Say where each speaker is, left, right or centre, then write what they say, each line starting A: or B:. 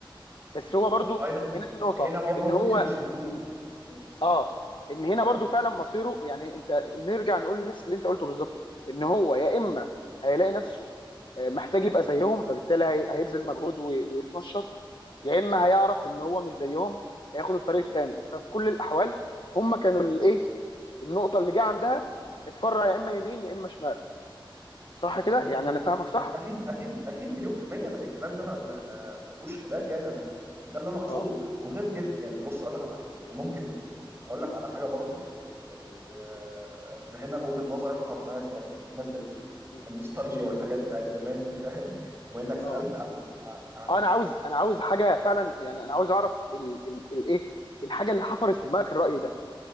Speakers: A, on the left; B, on the right.
A: بس هو برضو
B: ما هو هنا
A: هنا في نقطة
B: هنا هم
A: ان هو
B: ممكن يشدوه مم.
A: اه ان هنا برضو فعلا مصيره يعني انت نرجع نقول نفس اللي انت قلته بالظبط ان هو يا اما هيلاقي نفسه آه، محتاج يبقى زيهم فبالتالي هي- هيبذل مجهود وي- ويتنشط يا اما هيعرف ان هو مش زيهم هياخد الطريق التاني ففي كل الاحوال هم كانوا الايه النقطة اللي جه عندها اتفرع يا اما يمين يا اما شمال صح كده
B: ب-
A: يعني
B: ب-
A: انا فاهمك صح
B: اكيد اكيد اكيد مليون في الميه ما- الكلام ده ما ما ما ما فيهوش خلاف يعني انا ده اللي انا اقصده
A: اه
B: وغير كده يعني بص اقول لك على حاجه انا ممكن اقول لك على حاجه برضو يعني آه، تفهمك وجهه نظري حصلت معايا زمان يعني بمناسبه ال-
A: مم.
B: النوستالجيا والحاجات بتاعت زمان دي فاهم وانك سالت
A: اه
B: عن عن
A: آه، انا عاوز انا عاوز حاجه فعلا يعني انا عاوز اعرف ال ال الايه الحاجه اللي حفرت في دماغك الراي ده